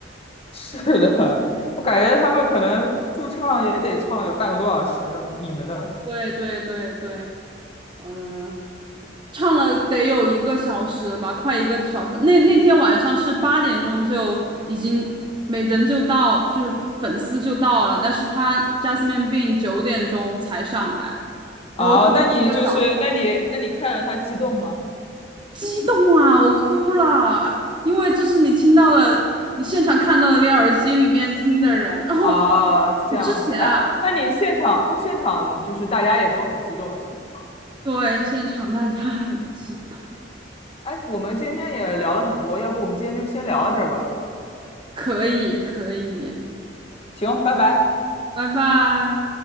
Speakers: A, on the left; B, on the right.
A: 是的，我感觉他们可能驻唱也得唱了有半个多小时了。你们呢？
B: 对对对对，嗯，唱了得有一个小时吧，快一个小时。那那天晚上是八点钟就已经每人就到，就是粉丝就到了，但是他 Jasmine Bean 九点钟才上来，
A: 啊，
B: 然后唱了一个小时。
A: 那你就是，那你那你看着他激动吗？
B: 激动啊，我哭了，因为这是你听到了，你现场看到了，你耳机里面听的人。<laughs> 然后
A: 啊，这样子，
B: 我之前啊，
A: 哎，那你现场，那现场就是大家也都很激动，是吗？
B: 对，现场大家很激动，
A: 哎，我们今天也聊了很多，要不我们今天就先聊到这儿吧？
B: 可以，可以，
A: 行，拜拜。
B: 拜拜。